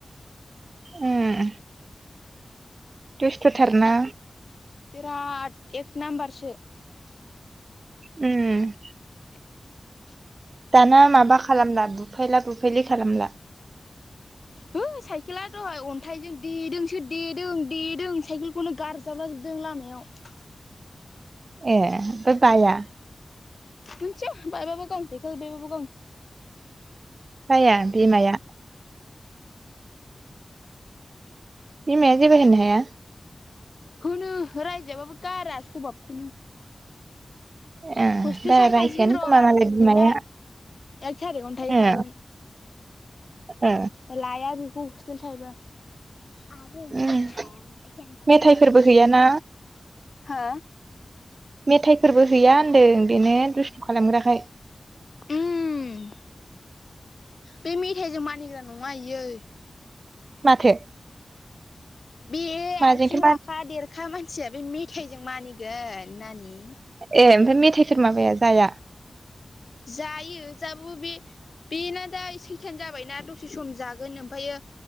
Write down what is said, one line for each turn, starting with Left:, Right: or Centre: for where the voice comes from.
Right: ओम दुस्थ' थारना
Left: बिरात एक नाम्बारसो
Right: उम
Left: <unintelligible>
Right: दाना माबा खालामला बुफैला बुफायलि खालामला
Left: हो साइकेला दहाय अन्थाइजों देदोंसो देदों देदों साइकेल खुनु गारजाबलाजोबदों लामायाव
Right: ए बे बाया
Left: मोनथिया बायबा गाव खालि बे बाव
Right: जाया बिमाया बिमाया जेबो होननो हाया?
Left: ओ रायजायाबाबो गारा सभाबखौनो
Right: ए
Left: हस्तेल
Right: बारा
Left: थाहोयखासिगोन
Right: रायखायानो
Left: र'
Right: खोमा
Left: बारा
Right: मालाय
Left: गोबाव
Right: बिमाया
Left: गैला। एक थारिकावनो थाहैखागोन।
Right: ए ओ
Left: लाया बेखौ हस्टेल थायोबा आब'
Right: उम
Left: दं थाया माथोआं
Right: मेथाइफोरबो
Left: <unintelligible>
Right: हैयाना
Left: हा
Right: मेथाइफोरबो हैया होन्दों बेनो दुस्थु खालामग्राखाय
Left: उम बे मेथाइजों मानिग्रा नङा इयो
Right: माथो
Left: बे
Right: माजोंथो
Left: आथिं राखा
Right: मा
Left: देरखा मानसिया बे मेथाइजों मानिगोन नानि
Right: ए ओमफ्राय मेथाइफोर माबाया जाया?
Left: जायो जाबाबो बे बेना दा सैथान जाबायना दसे सम जागोन ओमफायो